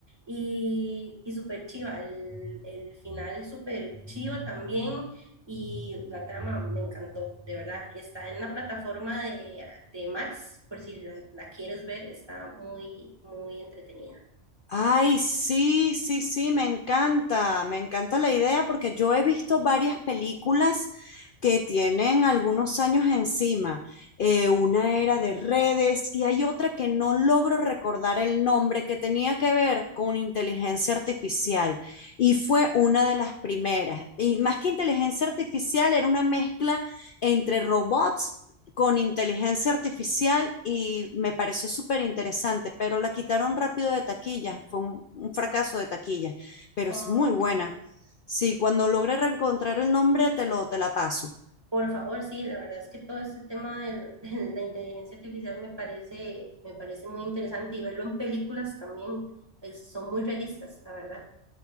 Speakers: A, on the right; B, on the left.
A: Y, y súper chiva, el, el final súper chiva también. Y la trama me encantó, de verdad. Está en la plataforma de, de Max, por si la, la quieres ver, está muy, muy entretenida.
B: Ay, sí, sí, sí, me encanta, me encanta la idea porque yo he visto varias películas que tienen algunos años encima. Eh, una era de redes y hay otra que no logro recordar el nombre que tenía que ver con inteligencia artificial y fue una de las primeras. Y más que inteligencia artificial, era una mezcla entre robots con inteligencia artificial y me pareció súper interesante, pero la quitaron rápido de taquilla, fue un, un, fracaso de taquilla, pero
A: Oh,
B: es muy
A: Ok,
B: buena. Sí, cuando logre reencontrar el nombre te lo te la paso.
A: por favor, sí, la verdad es que todo este tema del- <laughs> de la inteligencia artificial me parece, me parece muy interesante y verlo en películas también, pues, son muy realistas, la verdad,